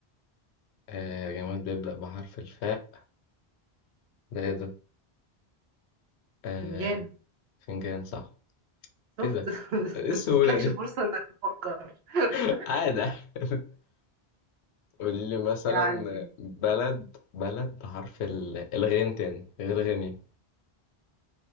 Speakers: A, on the left; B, on the right.
A: آه جماد بيبدأ بحرف الفاء ده ايه ده آه
B: فنجان
A: فنجان صح
B: شفت
A: ايه ده
B: <laughs>
A: ايه
B: ما
A: السهولة
B: تسلكش
A: دي
B: فرصة انك تفكر <laughs>
A: <laughs> عادة <laughs> قول لي مثلا
B: يعني
A: بلد بلد بحرف ال- الغين تاني غير غني